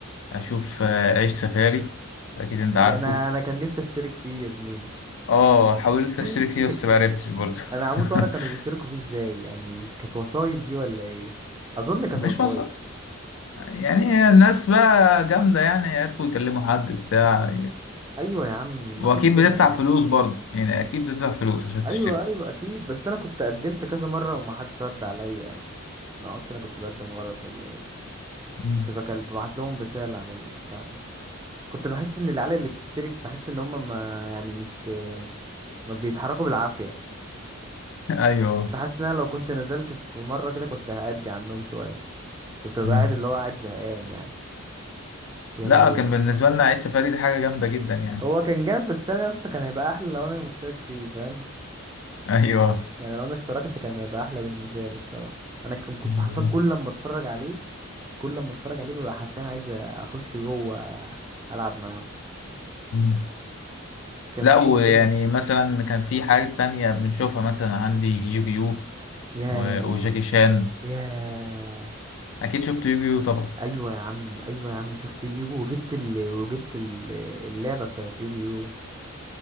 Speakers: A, on the left (about 65°); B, on the right (about 15°).
A: اشوف آه، عيش سفاري اكيد
B: <laughs>
A: انت عارفه
B: يعني انا أنا كان نفسي اشترك فيه يا زميلي
A: اه حاولت
B: <laughs>
A: اشترك فيه بس معرفتش برضه
B: انا هموت واعرف
A: <laughs>
B: كانوا بيشتركوا فيه ازاي يعني كانت وسايط دي ولا ايه اظن كانت
A: مش
B: وسايط
A: مصر يعني الناس بقى جامدة يعني عرفوا يكلموا حد بتاع
B: ايوه يا عم
A: واكيد
B: ما كانش
A: بتدفع
B: ما... يعني،
A: فلوس برضه يعني اكيد بتدفع فلوس عشان
B: ايوه
A: تشترك
B: ايوه اكيد بس انا كنت قدمت كذا مره وما حدش رد عليا يعني ما اعرفش انا كنت بقدم غلط ولا ايه
A: مم.
B: كنت بكل ببعت لهم رساله على البتاع ده كنت بحس ان العيال اللي بتشترك بحس ان هم ما يعني مش ما بيتحركوا بالعافيه
A: <laughs> ايوه
B: كنت حاسس ان انا لو كنت نزلت في مره كده كنت هأدي عنهم شويه كنت ببقى
A: مم.
B: قاعد اللي هو قاعد زهقان يعني يا
A: لا
B: لهوي
A: كان بالنسبة لنا عيش سفاري دي حاجة جامدة جدا يعني
B: هو كان جاب بس انا يا اسطى كان هيبقى احلى لو انا مشترك فيه فاهم
A: <laughs> ايوه
B: يعني لو انا اشتركت كان هيبقى احلى بالنسبه لي الصراحه انا كان كنت
A: بالظبط
B: حرفيا كل لما اتفرج عليه كل لما اتفرج عليه ببقى حرفيا عايز اخش جوه العب معاهم
A: مم.
B: كان
A: لا
B: في
A: ويعني
B: ايه تاني
A: مثلا كان في حاجة تانية بنشوفها مثلا عندي يوجيو
B: ياه
A: و- وجاكي شان
B: ياه
A: اكيد شفت يوجيو طبعا
B: ايوه يا عم ايوه يا عم شفت يوجيو وجبت ال... وجبت ال... اللعبه بتاعت يوجيو